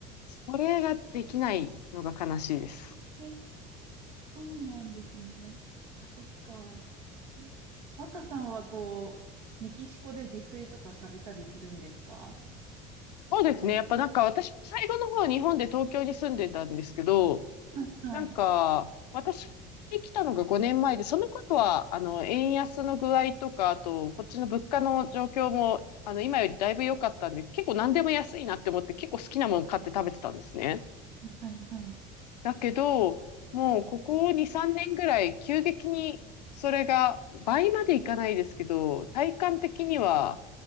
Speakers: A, on the left; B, on the right.
A: それができないのが悲しいです。
B: えそうなんですね。そっかそっか。え、若さんはこう、メキシコで自炊とかされたりするんですか
A: そうですね。やっぱなんか私、最後の方日本で東京に住んでたんですけど、
B: はいはい
A: なんか私が来たのが5年前で、その頃はあの円安の具合とか、あとこっちの物価の状況もあの今よりだいぶ良かったんで、結構何でも安いなって思って結構好きなもの買って食べてたんですね。
B: はいはい。
A: だけど、もうここ2、3年ぐらい急激にそれが倍までいかないですけど、体感的には